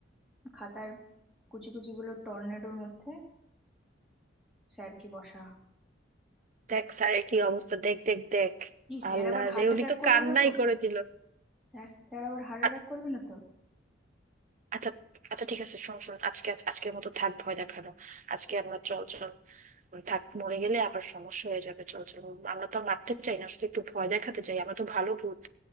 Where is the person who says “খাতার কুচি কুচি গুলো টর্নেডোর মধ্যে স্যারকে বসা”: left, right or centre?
Centre